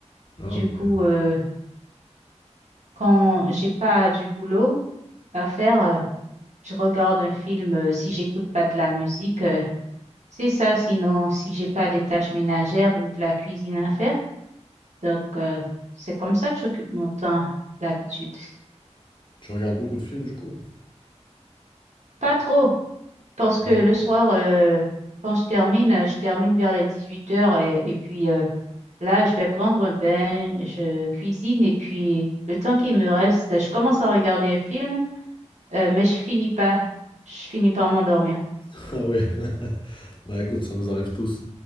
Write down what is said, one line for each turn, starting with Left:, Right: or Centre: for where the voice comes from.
Left: Ah,
Right: Du
Left: ok.
Right: coup, euh, quand j'ai pas du boulot à faire. euh, je regarde un film euh, si j'écoute pas de la musique. euh, c'est ça, sinon si j'ai pas des tâches ménagères ou de la cuisine à faire. Donc euh, c'est comme ça que j'occupe mon temps d'habitude.
Left: Tu regardes beaucoup de films du coup?
Right: Pas trop, parce que
Left: Ah
Right: le
Left: ouais?
Right: soir, euh, quand je termine, euh, je termine vers les huit heures et, et puis euh, là, je vais prendre un bain, je cuisine et puis le temps qui me reste, je commence à regarder un film, euh, mais je finis pas, je finis par m'endormir.
Left: <laughs> Ah ouais. <laughs> Bah écoute, ça nous arrive tous.